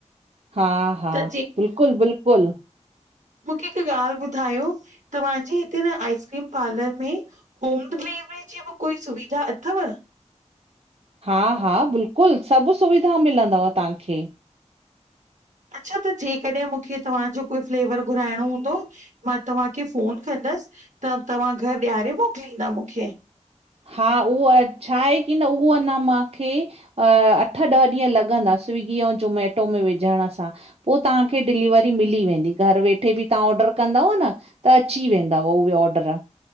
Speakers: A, on the right; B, on the right.
A: हा हा,
B: त
A: बिल्कुल बिल्कुल।
B: मूखे हिक ॻाल्हि ॿुधायो, तव्हांजे हिते न आइसक्रीम पार्लर में, होम डिलेवरी जी बि कोई सुविधा अथव?
A: हा हा, बिल्कुल सभु सुविधा मिलंदव तांखे।
B: अच्छा, त जेकॾहिं मूखे, तव्हांजो कोई फ़्लेवर घुराइणो हूंदो मां तव्हांखे फ़ोन कंदस, त तव्हां घर ॾयारे मोकिलींदा मूखे?
A: हा, उहो अ छाहे की न उहो अञा माखे अ अठ ॾह ॾींहं लॻंदा, स्विगी ऐं जोमेटो में विझण सां। पो तहांखे, डिलीवरी मिली वेंदी, घर वेठे बि तहां ऑडर कंदव न। त अची वेंदाव, उहे ऑडर।